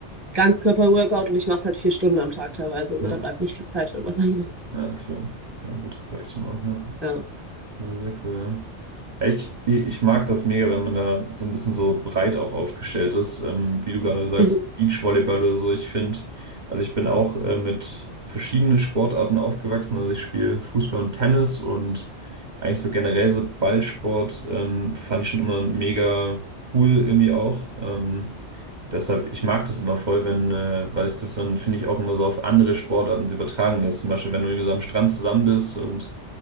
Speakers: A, on the right; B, on the right.
A: Ganzkörper-Workout und ich mache es halt vier Stunden am Tag teilweise. Also
B: Ja,
A: da bleibt nicht viel Zeit für irgendwas anderes.
B: ja, das wäre, ja gut, reicht immer, ja.
A: Ja,
B: Ja, sehr cool. Ja, Ja, ich, ich ich mag das mega, wenn man da so ein bisschen so breit auch aufgestellt ist. Ähm, wie du gerade
A: <laughs>
B: sagst,
A: Mhm,
B: Beachvolleyball oder so. Ich finde, also ich bin auch äh, mit verschiedenen Sportarten aufgewachsen. Also ich spiele Fußball und Tennis und eigentlich so generell so Ballsport ähm, fand ich schon immer mega cool irgendwie auch. Ähm, deshalb, ich mag das immer voll, wenn, äh, weil ich das dann, finde ich, auch immer so auf andere Sportarten so übertragen lässt. Zum Beispiel, wenn du irgendwie so am Strand zusammen bist und